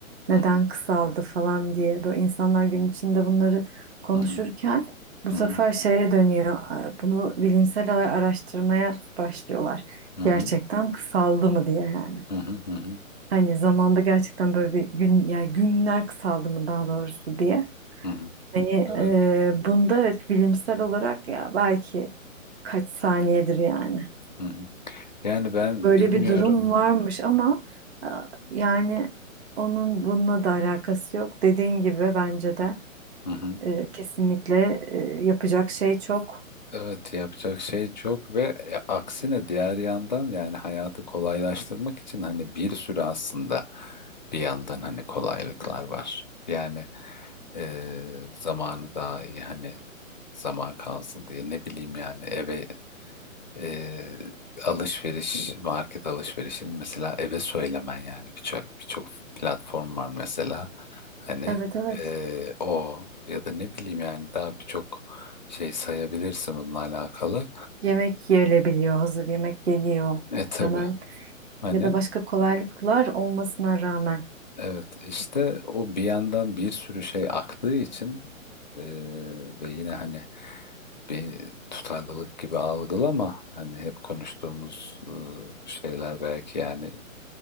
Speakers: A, on the right; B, on the left.
A: neden
B: hı hı
A: kısaldı falan diye böyle insanlar gün içinde bunları konuşurken
B: hı
A: bu
B: hı
A: sefer
B: hı
A: şeye dönüyor e, bunu bilimsel olarak araştırmaya başlıyorlar.
B: hı hı
A: Gerçekten kısaldı mı diye yani.
B: hı hı hı
A: Hani zamanda gerçekten böyle bir gün yani günler kısaldı mı daha doğrusu diye.
B: hı. hı.
A: Hani
B: evet.
A: e, bunda evet bilimsel olarak ya belki kaç saniyedir yani.
B: Hı hı. Yani ben
A: Böyle
B: bilmiyorum.
A: bir durum varmış ama e, yani onun bununla da alakası yok. Dediğin gibi bence de
B: Hı hı.
A: e, kesinlikle e, yapacak şey çok.
B: Evet yapacak şey çok ve e, aksine diğer yandan yani hayatı kolaylaştırmak için hani bir sürü aslında bir yandan hani kolaylıklar var. Yani e, zamanı daha iyi hani zaman kalsın diye ne bileyim yani eve e, alışveriş, market alışverişini mesela eve söylemen yani birçok birçok platform var mesela hani
A: Evet evet
B: e, o ya da ne bileyim yani daha birçok şey sayabilirsin bununla alakalı.
A: yemek yerilebiliyor, hazır yemek geliyor
B: E tabii
A: hemen
B: hani
A: ya da başka kolaylıklar olmasına rağmen
B: evet işte o bir yandan bir sürü şey aktığı için e, ve yine hani bir tutarlılık gibi algılama hani hep konuştuğumuz e, şeyler belki yani